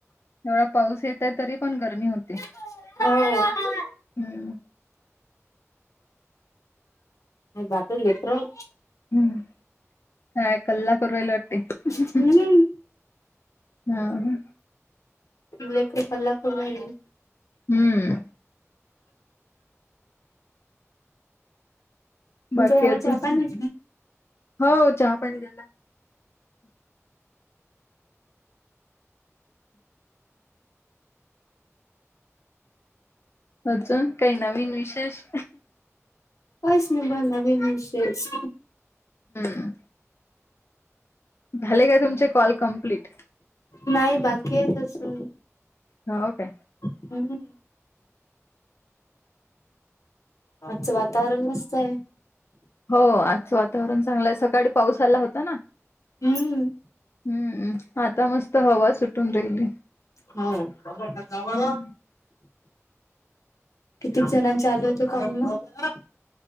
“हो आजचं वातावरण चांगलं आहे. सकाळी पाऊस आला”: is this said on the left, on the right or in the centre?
Left